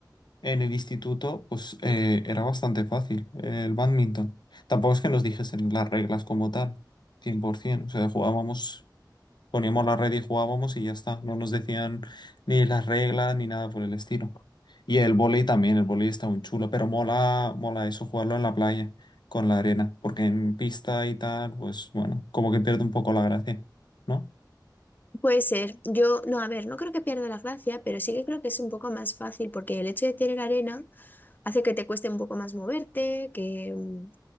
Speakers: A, on the left; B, on the left.
A: En el instituto, pues eh, era bastante fácil eh, el bádminton. Tampoco es que nos dijesen las reglas como tal, 100%. O sea, jugábamos, poníamos la red y jugábamos y ya está. No nos decían ni las reglas ni nada por el estilo. Y el vóley también, el vóley está muy chulo, pero mola, mola eso, jugarlo en la playa, con la arena. Porque en pista y tal, pues bueno, como que pierde un poco la gracia, ¿no?
B: Puede ser. Yo, no, a ver, no creo que pierda la gracia, pero sí que creo que es un poco más fácil porque el hecho de tener arena hace que te cueste un poco más moverte, que mm,